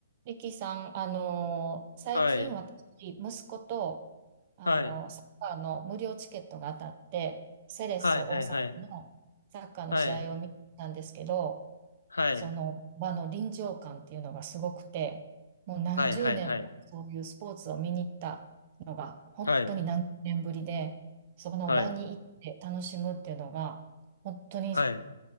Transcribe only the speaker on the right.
リキさん、あのー最近私、
息子と、あのーサッカーの無料チケットが当たって、
セレッソ大阪のサッカーの試合を見に行ったんですけど、
その場の臨場感っていうのがすごくて、もう何十年もそういうスポーツを見に行ったのが、
本当に何十年ぶりで、
その場に行って楽しむっていうのが、
本当に